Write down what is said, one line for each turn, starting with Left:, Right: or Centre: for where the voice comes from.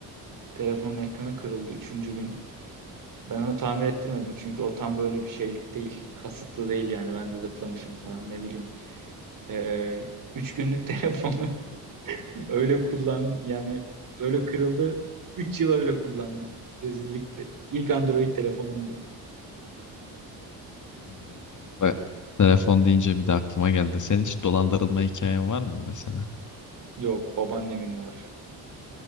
Right: Telefonun ekranı kırıldı üçüncü gün. Ben onu tamir ettirmedim çünkü o tam böyle bir şeylik değil. Kasıtlı değil yani ben de zıplamışım falan ne bileyim. Ee, 3 günlük <laughs> telefonu Öyle kullan yani öyle kırıldı. 3 yıl öyle kullandım. Rezillikti. İlk Android telefonumdu.
Left: Ha, Bak, telefon deyince bir de aklıma geldi. Senin hiç dolandırılma hikayen var mı mesela?
Right: Yok babaannemin var.